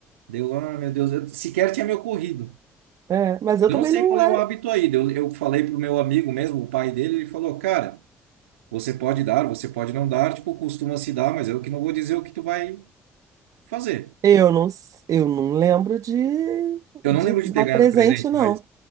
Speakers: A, on the right (about 90°); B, on the right (about 55°).
A: Deu, ah, meu Deus, eu sequer tinha me ocorrido.
B: É, mas eu
A: Eu
B: também
A: Não sei
B: não
A: qual
B: é.
A: é o hábito aí. Eu, eu falei pro meu amigo mesmo, o pai dele, ele falou, cara, você pode dar, você pode não dar, tipo, costuma se dar, mas eu que não vou dizer o que tu vai fazer.
B: Eu não, s- eu não lembro de,
A: Eu não
B: de
A: lembro de
B: dar
A: ter ganhado
B: presente,
A: presente,
B: não.
A: mas